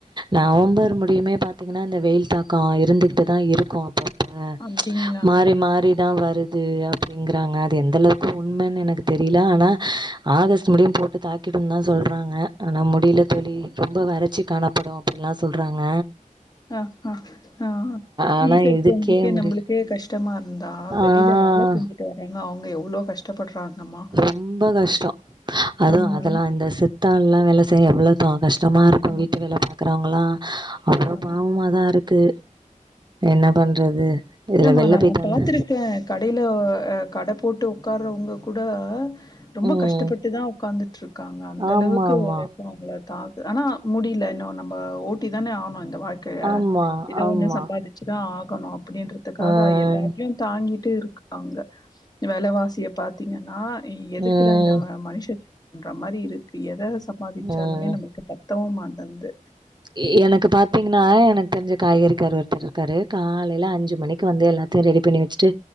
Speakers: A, on the right (about 35°); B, on the left (about 30°).
A: நவம்பர் முடிய்மே பாத்தீங்கன்னா இந்த வெயில் தாக்கொ இருந்துக்குட்டுதா இருக்கு அப்ப அ
B: அப்டிங்களா
A: மாறி மாறிதா வருது அப்டிங்கிறாங்க அது எந் தளவுக்கு உண்மனு எனக்கு தெரியில ஆனா ஆகஸ்ட் முடியும் போட்டு தாக் கிடும் தா சொல்றாங்க ஆனா முடிய்ல தோழி ரொம்ப வறச்சி காணப்படு அப்டின்லா சொல்றாங்க
B: அ அ அ ஆ
A: ஆனா
B: வீட்ல இருக்குறவங்களுக்கே
A: இதுக்கே முடியல
B: நம்மளுக்கே கஷ்டமா இருந்தா வெளியில
A: ஆ
B: வேல செஞ்சு ட்டு வராங்க அவ்ங்க எவ்ளோ கஷ் ட்டப்பட்றாங்கம்மா
A: ரொம்ப கஷ்டொ அதுவு
B: ஆமாண்ணா
A: அதெல்லா இந்த சித்தாள்லா வேல செய்ய எவ்ளோ தொ கஷ்டமா இருக்கு
B: ஆமா
A: வீட்டு வேல பாக்குறவங்களா அவ்ளோ
B: ஆமா
A: பாவமாதா இரு க்கு என்ன பண்றது இதுல
B: இல்லமா
A: வெளில
B: நா
A: போயிட்டு
B: பாத்துருக்க
A: வந்து
B: கடையில கட போட்டு உக்கார்றவங்க கூட ரொம்ப
A: ம்.
B: கஷ்டப்பட்டு தா உக்காந்துட்ருக்காங்க அந்தளவுக்கு
A: ஆமாமா.
B: அவ்ங்க தா ஆனா முடிய்ல இன்னு நம்ப ஓட்டி தான ஆவ்ணு இந்த வாழ் க்கைய
A: ஆமா,
B: எதோ
A: ஆமா.
B: ஒண்ணு சம்பாதிச்சுதா ஆகணு அப்டின்றதுக்காக
A: ம்.
B: அ எல்லாத்தையு தாங்கிட்டு இருக் காங்க வெலவாசிய பாத்தீங்கன்னா எதுக்குதா
A: ம்.
B: இந்த ஆ மனுஷ <inaudible> பண்ற மாறி இருக்கு எத சம்பாதிச்சாலுமே
A: ம்.
B: நம்ளுக்கு பத்தவு மாட்டன்து
A: எ எனக்கு பாத்தீங்கன்னா எனக்கு தெரிஞ்ச காய்கறி காரு ஒருத்தர் இருக்காரு காலைல அஞ்சு மணிக்கு வந்து எல்லாத் தியு ரெடி பண்ணி வெச்சுட்டு